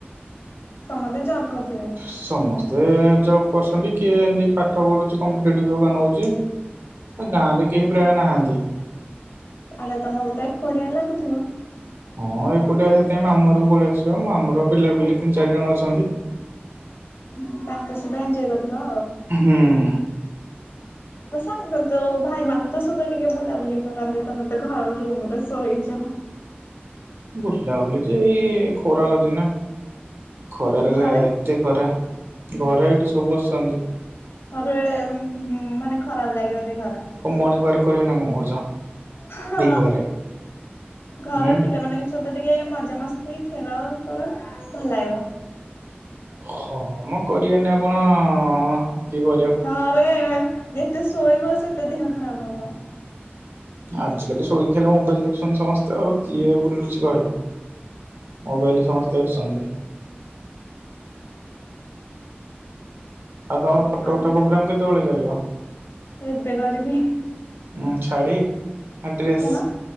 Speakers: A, on the left (about 85°); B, on the right (about 65°).
A: ସମସ୍ତେ ଜବ୍ କରିଥିବେ
B: ସମସ୍ତେ କିଏ ଜବ୍ କରୁଛନ୍ତି କିଏ ଏମତି ପାଠ ପଢୁଛି କମ୍ପିଟେଟିଭ୍ ହବା ନଉଛି। ଆଉ ଗାଁ ରେ କେହି ପ୍ରାୟ ନାହାନ୍ତି।
A: ତାହେଲେ ତମକୁ ତ ଏକୁଟିଆ ଲାଗୁଥିବ।
B: ହଁ ଏକୁଟିଆ ସେଥିପାଇଁ ମାମୁ ଘରକୁ ପଳେଇ ଆସିଛି ପା ମାମୁ ଘରେ ପିଲାପିଲି ତିନି ଚାରି ଜଣ ଅଛନ୍ତି।
A: ହୁଁ ତାଙ୍କ ସହିତ ଏଞ୍ଜୟ କରୁଥିବ।
B: ହୁଁ।
A: ତେ ସାଙ୍ଗ ତେ ଭାଇ ମାନଙ୍କ ସହିତ ଟିକେ ବୁଲାବୁଲି କରନ୍ତ ତମେ ତ ଘର ରୁମ ରେ ଶୋଇଛ।
B: ବୁଲା ବୁଲି ଯେ ଏଇ ଖରା ହଉଛି ନା। ଖରାରେ
A: ଘରେ
B: ଏତେ ଖରା ଘରେ ଏଠି ସବୁ ବସିଛନ୍ତି।
A: ପରେ ଉଁ ମାନେ ଖରାପ ଲାଗିବ ଦେହରା।
B: କଣ ମର୍ଣ୍ଣି ୱାର୍କ କରିବି ନା କଣ କହୁଛ?
A: ହଁ
B: ଦିପହରେ
A: ଘର
B: ଉଁ।
A: ପିଲାମାନଙ୍କ ସ ସହିତ ଟିକେ ମଜାମସ୍ତି ଖେଳ କର ଭଲ ଲାଗିବ।
B: ହଁମ କରିବାନି ଆଉ କଣ କିଏ କରିବ।
A: ଆରେ ଯେତେ ଶୋଇବ ସେତେ ଦେହ ଖରାପ ହବ।
B: ଆଜିକାଲି ଶଇ କି ଖାଲି ମୋବାଇଲ ଦେଖୁଛନ୍ତି ସମସ୍ତେ ଆଉ କିଏ ଲୁ ଚି କହିଲା ମୋବାଇଲରେ ସମସ୍ତେ ଦେଖୁଛନ୍ତି। ଆଉ ତମର ଫଟୋ
A: ଆ
B: ଉଠା ପ୍ରୋଗ୍ରାମ କେତେବେଳେ ଚାଲିବ।
A: ଏବେ କରିବି।
B: ଉ ଶାଢ଼ୀ ନା ଡ୍ରେସ୍
A: କଣ